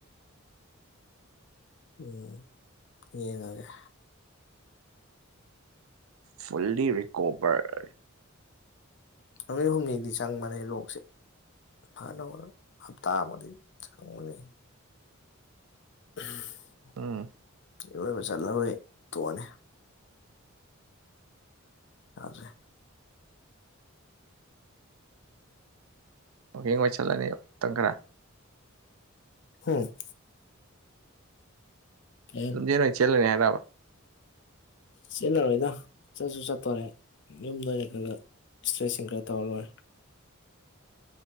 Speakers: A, on the left (about 55°); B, on the right (about 85°).
A: ꯎꯝ ꯌꯦꯡꯉꯒꯦ꯫
B: ꯐꯨꯜꯂꯤ ꯔꯤꯀꯣꯕꯔ꯫
A: ꯅꯨꯃꯤꯠ ꯍꯨꯝꯅꯤꯗꯤ ꯆꯪꯕꯅꯦ ꯂꯣꯛꯁꯦ꯫ ꯉꯥꯍꯟꯅꯣꯡꯃꯥ ꯍꯞꯇꯥ ꯑꯃꯗꯤ ꯈꯪꯕꯅꯤ <unintelligible>
B: ꯎꯝ
A: ꯏꯔꯣꯏꯕ ꯆꯠꯂꯔꯣꯏ ꯇꯣꯛꯑꯅꯤ ꯌꯥꯗꯔꯦ
B: ꯋꯥꯀꯤꯡ ꯑꯣꯏ ꯆꯠꯂꯅꯤ ꯃꯇꯝ ꯈꯔ
A: ꯎꯝ ꯀꯩ
B: ꯂꯝꯖꯦꯜ ꯑꯣꯏꯅ ꯆꯦꯜꯂꯨꯒꯦ ꯍꯥꯏꯔꯕ
A: ꯆꯦꯟꯅꯔꯣꯏꯗ ꯆꯠꯁꯨ ꯆꯠꯇꯣꯔꯦ ꯌꯨꯝꯗ ꯑꯣꯏꯅ ꯈꯔ ꯑꯦꯛꯁꯔꯁꯥꯏꯁꯤꯡ ꯈꯔ ꯇꯧꯔ ꯂꯣꯏꯔꯦ